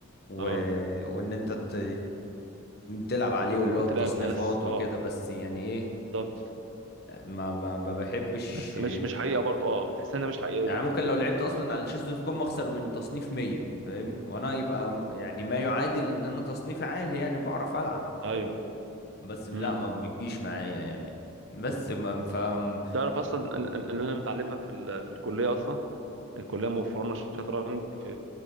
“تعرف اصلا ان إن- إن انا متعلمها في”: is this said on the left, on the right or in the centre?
Right